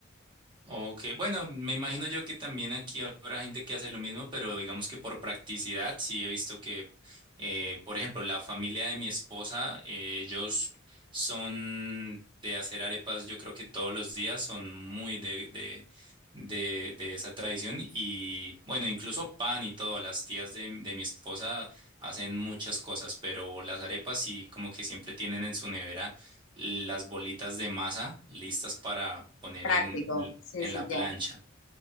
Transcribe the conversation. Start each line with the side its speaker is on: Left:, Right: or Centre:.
Right: Ok, bueno, me imagino yo que también aquí habrá gente que hace lo mismo, pero digamos que por practicidad sí he visto que, eh, por ejemplo, la familia de mi esposa, eh, ellos son de hacer arepas, yo creo que todos los días son muy de, de, de, de esa tradición y bueno, incluso pan y todo, las tías de, de mi esposa hacen muchas cosas, pero las arepas sí como que siempre tienen en su nevera las bolitas de masa listas para poner
Left: Práctico.
Right: en...
Left: Sí,
Right: En
Left: sí,
Right: la plancha.
Left: ya.